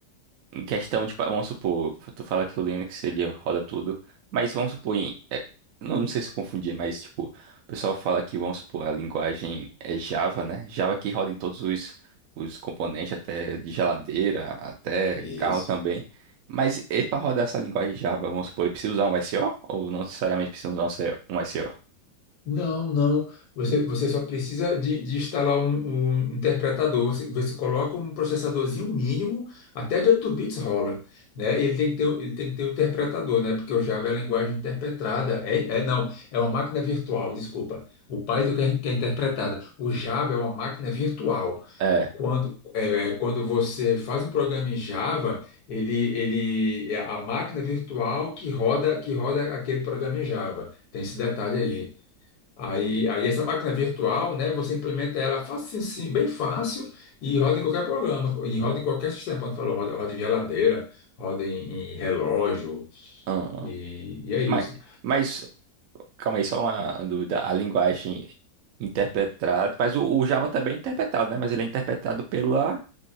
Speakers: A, on the right (about 65°); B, on the left (about 70°).
A: em questão de, pa- vamos supor, tu fala que o Linux ele roda tudo, mas vamos supor, em, é, não, não sei se eu confundi, mas tipo, o pessoal fala que, vamos supor, a linguagem é Java, né? Java que roda em todos os, os componentes, até de geladeira, até
B: isso.
A: carro também. Mas para rodar essa linguagem Java, vamos supor, ele precisa usar um SO ou não necessariamente precisa usar um SO? Um SO?
B: Não, não. Você, você só precisa de, de instalar um, um interpretador. Você, você coloca um processadorzinho mínimo, até de 8 bits rola, né? Ele tem que ter, ele tem que ter um interpretador, né? Porque o Java é a linguagem interpretada. É, é, não, é uma máquina virtual, desculpa. O Python que é, que é interpretada. O Java é uma máquina virtual.
A: É.
B: Quando, é, é, quando você faz um programa em Java, ele, ele é a máquina virtual que roda, que roda aquele programa em Java. Tem esse detalhe aí. Aí, aí essa máquina virtual, né, você implementa ela fácil, sim, bem fácil e roda em qualquer programa, e roda em qualquer sistema. Quando falou, roda, roda em geladeira, roda em, em relógio,
A: aham.
B: e, e é
A: Mas,
B: isso.
A: mas Calma aí, só uma dúvida. A linguagem interpretada. Mas o, o Java também é interpretado, né? Mas ele é interpretado pela,